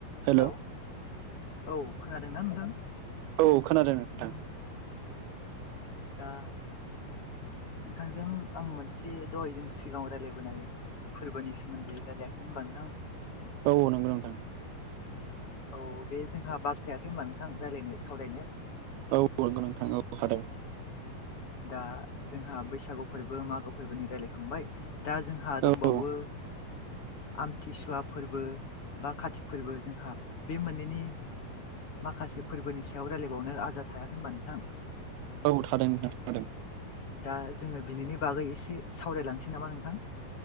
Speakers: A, on the right (about 85°); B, on the left (about 45°).
A: हेल'
B: hello औ खोनादोंना नोंथां?
A: औ खोनादों नोंथां
B: दा नोंथांजों आं मोनसे दहायजों सिगाङाव रायज्लायबोनाय फोरबोनि सोमोन्दै रायलायाखैमोन होनबा नोंथां।
A: औ नोंगौ नोंथां।
B: औ बे जोंहा बाखथायाखै होनबा नोंथां रायज्लायनो सावरायनो
A: औ नंगौ नोंथां थादों।
B: दा जोंहा बैसागु फोरबो मागो फोरबोनि रायज्लायखांबाय दा जोंहा दंबावो
A: औ
B: आमथिसुवा फोरबो बा कारतिक फोरबो जोंहा बे मोननैनि माखासे फोर्बोनि सायाव रायज्लायबावनो आद्रा थायाखै होनबा नोंथां।
A: औ थादों नोंथां थादों।
B: दा जोङो बिनि बागै एसे सावरायलांनोसै नामा नोंथां।